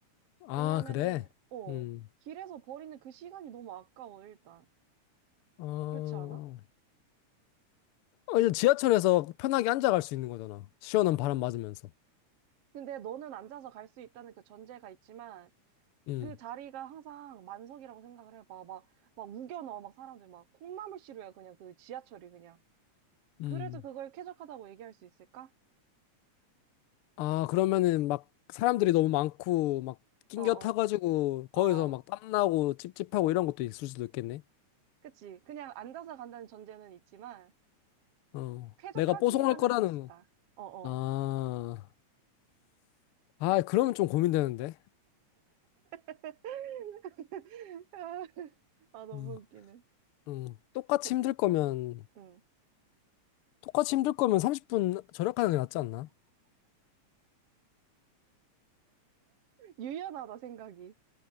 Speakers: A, on the left; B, on the right.
A: 아,
B: 왜냐면은,
A: 그래?
B: 어,
A: 음.
B: 길에서 버리는 그 시간이 너무 아까워, 일단.
A: 어,
B: 그렇지 않아?
A: 어, 이제 지하철에서 편하게 앉아갈 수 있는 거잖아. 시원한 바람 맞으면서.
B: 근데 너는 앉아서 갈 수 있다는 그 전제가 있지만,
A: 음,
B: 그 자리가 항상 만석이라고 생각을 해봐. 막, 막 우겨넣어, 막 사람들 막 콩나물 시루야, 그냥 그 지하철이 그냥.
A: 음.
B: 그래도 그걸 쾌적하다고 얘기할 수 있을까?
A: 아, 그러면은 막 사람들이 너무 많고 막 낑겨
B: 어어,
A: 타가지고 거기서
B: 어어.
A: 막 땀나고 찝찝하고 이런 것도 있을 수도 있겠네.
B: 그치. 그냥 앉아서 간다는 전제는 있지만,
A: 어.
B: 쾌적하지만은
A: 내가 뽀송할 거라는
B: 않을 수 있다. 어어.
A: 아. 아, 그러면 좀 고민되는데.
B: <laughs> 아, 너무
A: 음.
B: 웃기네.
A: 음. 똑같이
B: 그,
A: 힘들 거면
B: 음.
A: 똑같이 힘들 거면 30분 절약하는 게 낫지 않나?
B: 유연하다 생각이.